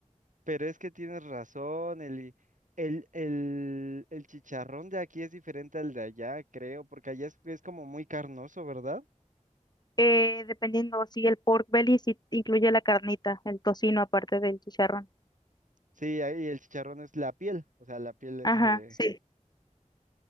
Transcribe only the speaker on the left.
Eh, dependiendo si el pork belly sí incluye la carnita, el tocino aparte del chicharrón.
Ajá, sí.